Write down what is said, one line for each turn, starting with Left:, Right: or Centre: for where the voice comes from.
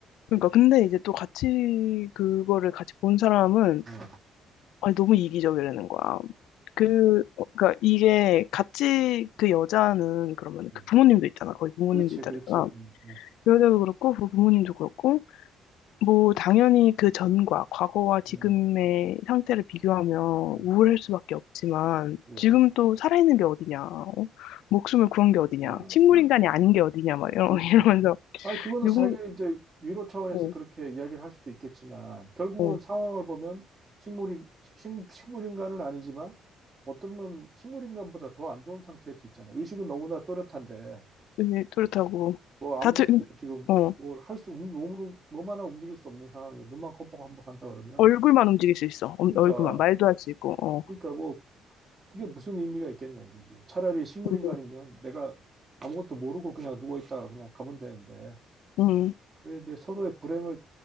Left: 그러니까 근데 이제 또 같이 그거를 같이 본 사람은
Right: 어,
Left: 아니, 너무 이기적이라는 거야. 그, 어, 그러니까 이게 같이 그 여자는 그러면
Right: 음.
Left: 그 부모님도 있잖아. 거의 부모님도
Right: 그렇지,
Left: 있다
Right: 그렇지.
Left: 그랬잖아.
Right: 음, 네.
Left: 그 여자도 그렇고, 그 부모님도 그렇고, 뭐, 당연히 그 전과, 과거와 지금의
Right: 음,
Left: 상태를 비교하면
Right: 음.
Left: 우울할 수밖에 없지만,
Right: 그래.
Left: 지금 또 살아있는 게 어디냐, 어? 목숨을 구한 게 어디냐,
Right: 어,
Left: 식물인간이
Right: 어.
Left: 아닌 게 어디냐, 막 이러,
Right: 그렇지.
Left: <laughs> 이러면서,
Right: 아니, 그거는
Left: 누군,
Right: 자기 이제 위로 차원에서
Left: 어,
Right: 그렇게 이야기를 할 수도 있겠지만, 결국은
Left: 어,
Right: 상황을 보면 식물이, 식, 식물인간은 아니지만, 어쩌면 식물인간보다 더 안 좋은 상태일 수 있잖아요. 의식은 너무나 또렷한데,
Left: 이제 그렇다고,
Right: 뭐 아무것도
Left: 다들,
Right: 지금
Left: 어,
Right: 뭘 할 수, 없는 몸으로, 몸 하나 움직일 수 없는 상황이고, 눈만 껌뻑껌뻑 한다 그러면,
Left: 얼굴만 움직일 수 있어. 어,
Right: 그러니까,
Left: 얼굴만, 말도 할 수 있고, 어.
Right: 그러니까 뭐, 그게 무슨 의미가 있겠냐 이거지. 차라리 식물인간이면
Left: 음,
Right: 내가 아무것도 모르고 그냥 누워있다가 그냥 가면 되는데,
Left: 음,
Right: 그게 이제 서로의 불행을